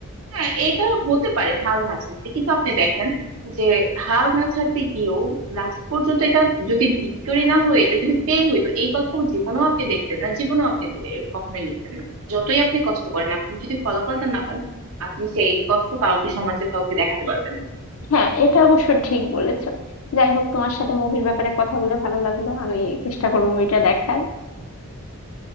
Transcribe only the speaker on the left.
হ্যাঁ এটা অবশ্য ঠিক বলেছো যাই হোক তোমার সাথে মুভির ব্যাপারে কথা বলে ভালো লাগলো আমি চেষ্টা করবো মুভিটা দেখার